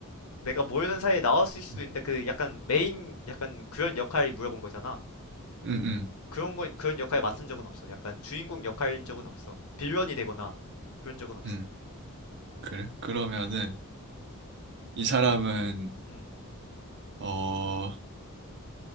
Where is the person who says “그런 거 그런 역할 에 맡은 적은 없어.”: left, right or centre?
Left